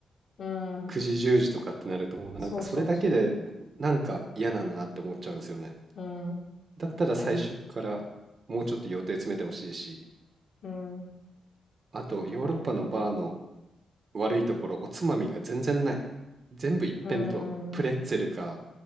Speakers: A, on the left; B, on the right.
A: う。うん。
B: 9時10時とかってなるともうなんかそれだけでなんか嫌だなって思っちゃうんですよね。
A: そうそうそう。うん。
B: だったら最初からもうちょっと予定詰めてほしいし、
A: わかります。うん。
B: あとヨーロッパのバーの
A: わかる。
B: 悪いところおつまみが全然ない。全部一辺倒。
A: うん。
B: プレッツェルか